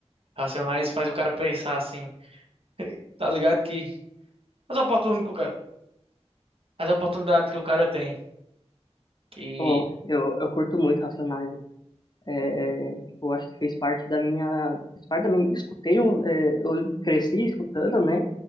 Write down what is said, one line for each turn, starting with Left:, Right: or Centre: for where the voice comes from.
Right: Racionais faz o cara pensar assim, tá ligado? Que as oportunidades que o cara, as oportunidades que o cara tem. Que,
Left: Oh, eu, eu curto muito Racionais. É, é, tipo, acho que fez parte da minha. Fez parte da minha. Escutei, eu, é, eu cresci escutando, né?